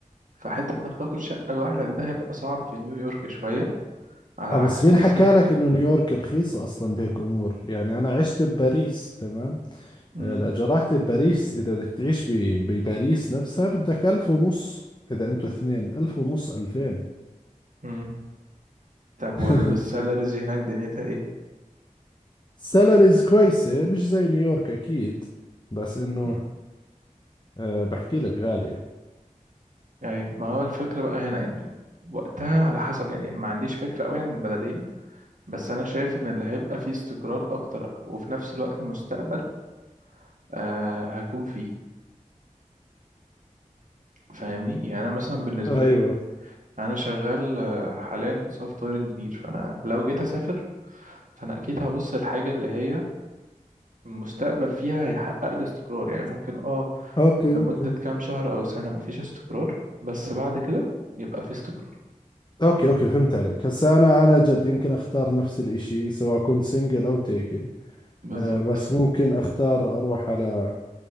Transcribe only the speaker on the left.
اه
بس مين
حكى لك انه نيويورك رخيصة اصلا بهيك امور يعني انا عشت بباريس تمام
آه، الاجارات بباريس اذا بدك تعيش ب- بباريس نفسها بدك الف ونص اذا انتوا اثنين الف ونص الفين
<laughs>
سالاريز كويسة مش زي نيويورك اكيد بس انه
آه، بحكي لك غالية
ايوه
اوكي
اوكي
اوكي اوكي فهمت عليك هسا انا انا جد يمكن اختار نفس الاشي سواء كنت سنجل او تيكن
أه بس ممكن اختار اروح على